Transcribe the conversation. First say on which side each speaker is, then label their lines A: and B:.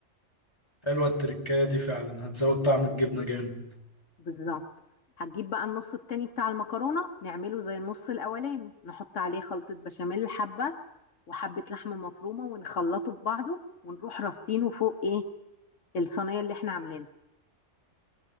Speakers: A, on the left; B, on the left.
A: حلوه التركايه دي فعلا هتزود طعم الجبنه جامد
B: بالظبط هتجيب بقى النص التاني بتاع المكرونة نعمله زي النص الأولاني نحط عليه خلطة بشاميل حبة وحبة لحمة مفرومة ونخلطه ببعضه ونروح رصينه فوق ايه الصينية اللي احنا عاملينها